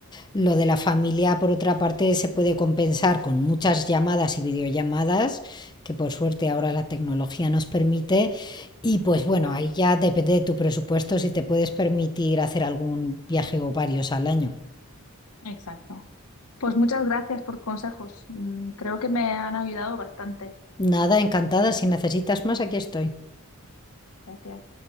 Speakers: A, on the left; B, on the left.
A: Lo de la familia, por otra parte, se puede compensar con muchas llamadas y videollamadas, que por suerte ahora la tecnología nos permite. Y pues bueno,
B: Claro,
A: ahí ya depende de tu presupuesto si te puedes permitir hacer algún viaje o varios al año.
B: exacto. Pues muchas gracias por tus consejos. Mm, Creo que me han ayudado bastante.
A: Nada, encantada. Si necesitas más, aquí estoy.
B: Gracias.